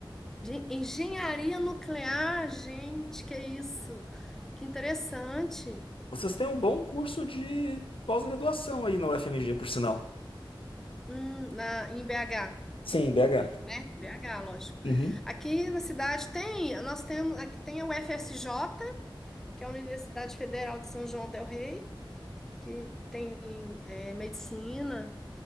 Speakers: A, in the centre; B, on the left.
A: Gen- Engenharia nuclear, gente, que isso? Que interessante.
B: Vocês têm um bom curso de pós-graduação aí na UFMG, por sinal.
A: Hum, na, em BH,
B: Sim, BH.
A: né? BH, lógico.
B: Uhum.
A: Aqui na cidade tem, nós temos, aqui tem a UFSJ, que é a Universidade Federal de São João del Rei, que tem é, medicina,